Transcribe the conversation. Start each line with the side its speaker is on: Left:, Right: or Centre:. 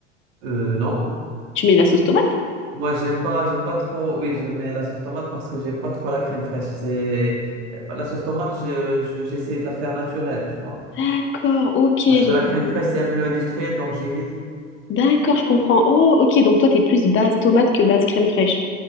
Right: Euh, non,
Left: Tu mets de la sauce tomate?
Right: moi, j'aime pas, j'aime pas trop, oui, je mets la sauce tomate parce que j'aime pas trop la crème fraîche, c'est, la sauce tomate, je, je- j'essaie de la faire naturelle, tu vois.
Left: D'accord, ok, j'ai
Right: Parce que la
Left: compris.
Right: crème fraîche, c'est un peu industriel, donc j'évite.
Left: D'accord, je comprends. Oh, ok, donc toi, t'es plus base tomate que base crème fraîche.